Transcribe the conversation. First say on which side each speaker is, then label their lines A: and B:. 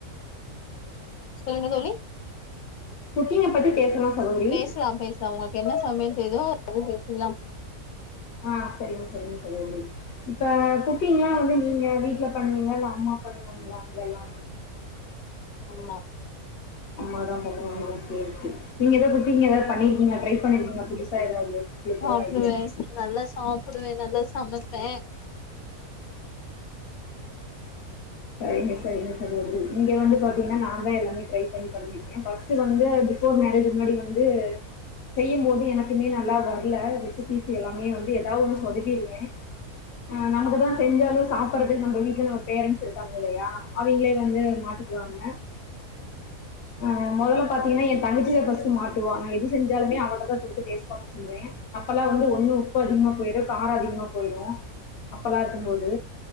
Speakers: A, on the left; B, on the left.
A: சொல்லுங்க தோழி
B: குக்கிங்க பத்தி பேசலா சகோதரி
A: பேசலா பேசலாம் உங்களுக்கு என்ன சமயல் தெரியுதோ அது பத்தி பேசிக்கலாம்
B: ஆஹ் சேரிங்க சரிங்க சகோதரி இப்ப குக்கீங்க ளா வந்து நீங்க வீட்ல பண்ணுவீங்க இல்லே அம்மா பண்ணுவாங்கலா அங்கல்லா
A: ஆமா
B: அம்மாத பண்ணுவாங்க நீங்க ஏதாவது குக்கீங் ஏதாவது பண்ணிருக் நீங்க ட்ரை பண்ணிருக்கீங்களா புதுசா ஏதாவது உங்களுக்கு
A: சாப்டுவே
B: ஏதாது ஐடியா இருக்
A: நல்லா சாப்பிடுவே நல்லா சமைப்பே
B: சரிங்க சரிங்க சகோதரி இங்க வந்து பாத்தீங்கன்னா நா தா எல்லாமே ட்ரை பண்ணி பண்ணிருக்கே ஃபஸ்ட் ஃபஸ்ட் வந்து பிபோர் மேரேஜ் முன்னாடி வந்து செய்யு போது எனக்குமே நல்லா வரலே குக்கீஸ் எல்லாமே வந்து ஏதாவது ஒன்னு சொதப்பிருவே ஆ நமக்குதா செஞ்சாலு சாப்புட்றதுக்கு நம்ப வீட்ல நம்ம பேரண்ட்ஸ் இருக்காங்க இல்லையா அவிங்களே வந்து மாட்டிக்குவாங்க ஆ மொதல்ல பாத்தீங்கனா ஏ தங்கச்சி தா ஃபஸ்ட்டு மாட்டுவா நா எது செஞ்சாலுமே அவட்டதா குடுத்து டேஸ்ட் பாக்க சொல்லுவே அப்பலா வந்து ஒன்னு உப்பு அதிகமா போயிரு கார அதிகமா போயிரு அப்பலா இருக்கும்போது